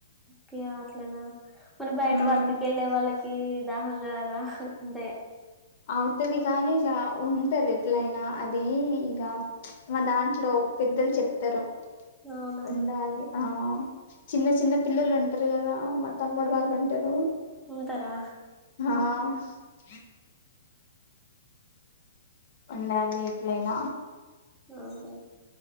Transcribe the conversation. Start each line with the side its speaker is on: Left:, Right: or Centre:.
Centre: కె అట్లనా మరి బయట
Left: మ్మ్
Centre: వర్క్ కేలె వాళ్ళ కి దాహంగాదా అంతే
Left: అవుతది గానీ ఇక ఉంటరు ఎట్లయినా అదీ ఇంక మ దాంట్లో పెద్దలు చెప్తారు
Centre: అవునా
Left: ఉండాలి ఆ చిన్న చిన్న పిల్లలు ఉంటరు గదా మా తమ్ముడు వాళ్ళు ఉంటరు
Centre: ఉంతరా
Left: ఆ ఉండాలి ఎట్లైన
Centre: అవునా